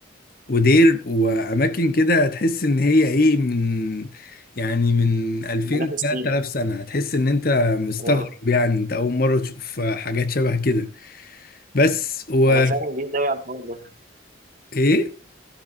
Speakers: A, on the left; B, on the right.
A: ودير واماكن كده تحس ان هي ايه من يعني من 2000
B: ملاك سنين
A: 3000 سنه هتحس ان انت مستغرب
B: اه
A: يعني انت اول مره تشوف حاجات شبه كده بس و
B: انا فعلا جديد قوي على الحوار ده
A: ايه